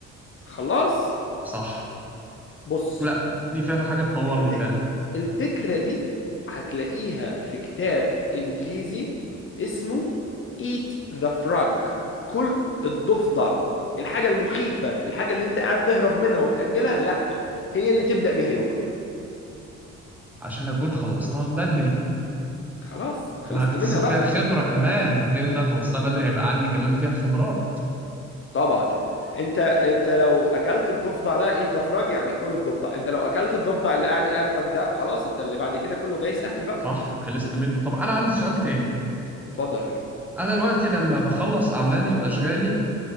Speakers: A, on the left (about 40°); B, in the centre.
A: خلاص
B: صح
A: بص
B: لا دي فعلا حاجة تطورني
A: الف-
B: فعلا
A: الفكره دي هتلاقيها في كتاب انجليزي اسمه Eat the Frog كل الضفدع الحاجه المخيفه الحاجه اللي انت قاعد تهرب منها وتاجلها لا هي اللي تبدا بيها يومك
B: عشان اكون خلصتها بدري
A: خلاص خلصت
B: وهكتسب
A: منها
B: فيها
A: بقى
B: خبرة كمان غير ان انا خلصتها بدري هيبقى عندي كمان فيها خبرات
A: طبعا انت انت لو اكلت الضفدع ده ايد ضفرج يعني كل الضفدع انت لو اكلت الضفدع اللي قاعد قرفك ده خلاص انت اللي بعد كده كله جاي سهل بقى
B: صح خلصت منه طب انا عندي سؤال تاني
A: اتفضل يا حبيبي
B: انا دلوقتي لما بخلص اعمالي واشغالي